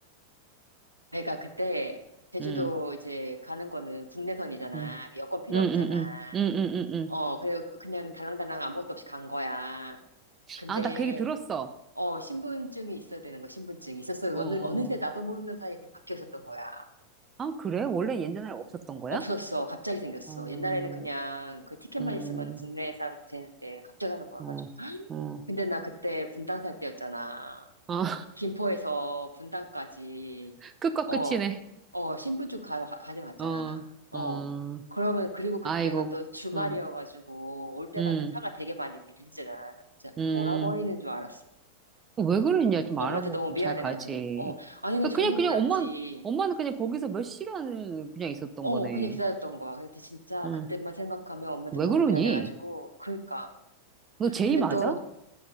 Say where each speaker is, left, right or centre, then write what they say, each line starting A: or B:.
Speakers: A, on the right (about 80°); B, on the right (about 20°).
A: 내가 그때, 제주도
B: 응,
A: 이제 가는 거는 국내선이잖아.
B: 응,
A: 여권 필요
B: 응,
A: 없잖아.
B: 응, 응, 응, 응, 응.
A: 어, 그래, 그냥 달랑달랑 아무것도 없이 간 거야. 근데,
B: 아, 나 그 얘기 들었어.
A: 어, 신분증이 있어야 되는 거, 신분증이 있었어요.
B: 어,
A: 어느, 어느새
B: 어.
A: 나도 모르는 사이에 그게 바뀌어 있었던 거야.
B: 아, 그래? 원래 옛날에 없었던 거야?
A: 없었어. 갑자기 생겼어.
B: 음,
A: 옛날에는 그냥 그 티켓만
B: 음,
A: 있으면 국내 사람도 되는데 갑자기 하는 거야
B: 어,
A: 가지고. <gasps>
B: 어,
A: 근데 나 그때 분당 살 때였잖아.
B: 어,
A: 김포에서 분당까지
B: <laughs> 끝과
A: 어,
B: 끝이네.
A: 어, 신분증 가, 가- 가져갔잖아.
B: 어,
A: 어.
B: 어,
A: 그러면 그리고 그때가
B: 아이고,
A: 또 주말이어가지고
B: 어,
A: 올 때
B: 음,
A: 갈 때 차가 되게 많이 밀리잖아. 나 진짜
B: 음.
A: 돌아버리는 줄 알았어.
B: 왜 그랬냐? 좀
A: 엄마한테
B: 알아보고
A: 너무
B: 좀
A: 미안해가지고.
B: 잘 가지.
A: 어. 아니, 그냥 전혀
B: 그냥,
A: 몰랐지.
B: 그냥 엄마, 엄마는 그냥 거기서 몇 시간 그냥 있었던
A: 어,
B: 거네.
A: 그냥 기다렸던 거야. 근데 진짜
B: 응.
A: 그때만 생각하면 엄마한테
B: 왜
A: 너무
B: 그러니?
A: 미안해가지고. 그니까.
B: 너 제이
A: 근데
B: 맞아?
A: 또,